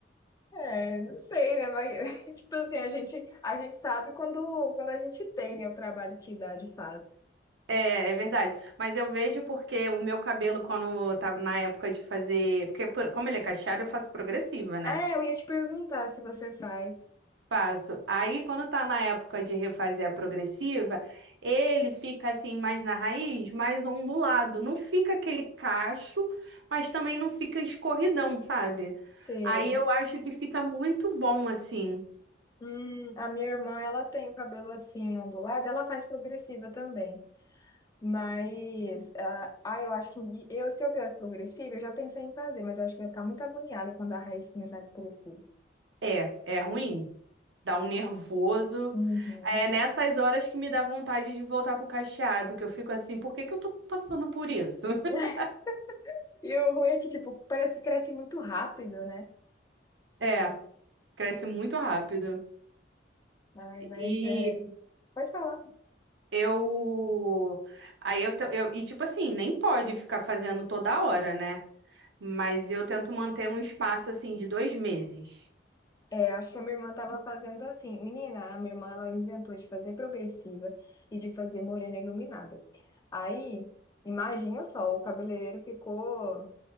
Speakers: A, on the left; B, on the right.
A: É, não sei, né? Mas, <laughs> tipo assim, a gente, a gente sabe quando, quando a gente tem, né, o trabalho que dá de fato.
B: É, é verdade. Mas eu vejo porque o meu cabelo, quando tá na época de fazer. Porque, por- como ele é cacheado, eu faço progressiva, né?
A: É, eu ia te perguntar se você faz.
B: Faço. Aí, quando tá na época de refazer a progressiva, ele fica assim, mais na raiz, mais ondulado. Não fica aquele cacho, mas também não fica escorridão, sabe?
A: Sei.
B: Aí eu acho que fica muito bom assim.
A: Hum, a minha irmã, ela tem o cabelo assim ondulado, ela faz progressiva também. Mas, ah, ah, eu acho que eu, se eu fizesse progressiva, eu já pensei em fazer, mas eu acho que eu ia ficar muito agoniada quando a raiz começasse a crescer.
B: É, é ruim. Dá um nervoso.
A: Uhum.
B: É nessas horas que me dá vontade de voltar pro cacheado, que eu fico assim, por que que eu tô passando por isso? <laughs>
A: <laughs> E o ruim é que, tipo, parece que cresce muito rápido, né?
B: É, cresce muito rápido.
A: Ai,
B: E
A: mas é. Pode falar.
B: eu. Aí eu, te- eu. E tipo assim, nem pode ficar fazendo toda hora, né? Mas eu tento manter um espaço assim de dois meses.
A: É, acho que a minha irmã estava fazendo assim. Menina, a minha irmã ela inventou de fazer progressiva e de fazer morena iluminada. Aí, imagina só, o cabeleireiro ficou